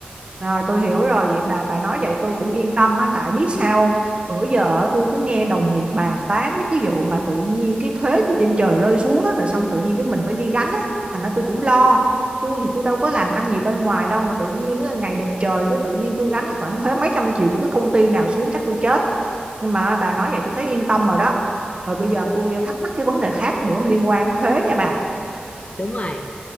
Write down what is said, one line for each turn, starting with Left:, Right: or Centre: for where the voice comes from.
Right: rồi tôi hiểu rồi. Vậy bà bà nói vậy tôi cũng yên tâm á tại biết
Left: Ừ,
Right: sao không? Bữa giờ á, tôi cứ nghe đồng nghiệp bàn tán mấy cái vụ mà tự nhiên cái thuế từ trên trời rơi xuống á rồi xong tự nhiên cái mình phải đi gánh á, thành ra tôi cũng lo. Tôi thì tôi đâu có làm ăn gì bên ngoài đâu mà tự nhiên á, ngày đẹp trời cứ tự nhiên tôi gánh cái khoản thuế mấy trăm triệu của cái công ty nào xuống chắc tôi chết. Nhưng mà bà nói vậy tôi thấy yên tâm rồi đó. Rồi bây giờ tôi thắc mắc cái vấn đề khác nữa liên quan đến thuế nha bà
Left: đúng rồi